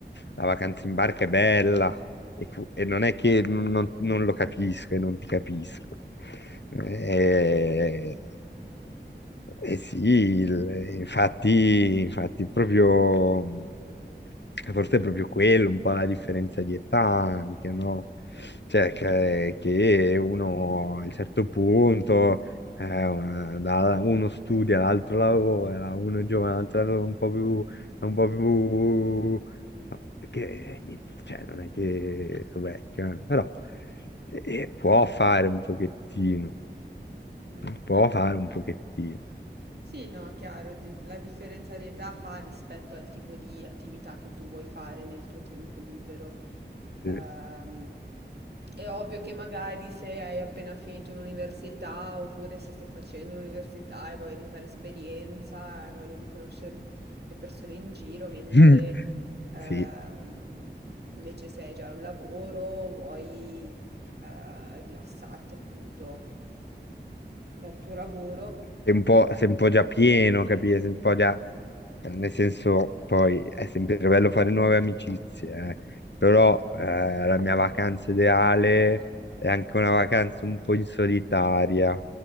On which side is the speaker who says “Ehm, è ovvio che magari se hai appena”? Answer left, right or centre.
Right